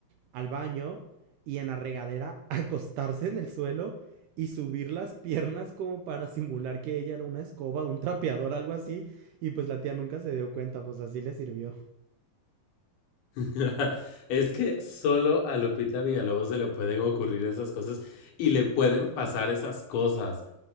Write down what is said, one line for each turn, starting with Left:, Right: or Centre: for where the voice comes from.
Right: al baño y en la regadera <laughs> acostarse en el suelo y subir las piernas como para simular que ella era una escoba, un trapeador, algo así. Y pues la tía nunca se dio cuenta, pues así le sirvió.
Left: <laughs> Es que solo a Lupita Villalobos se le pueden ocurrir esas cosas y le pueden pasar esas cosas.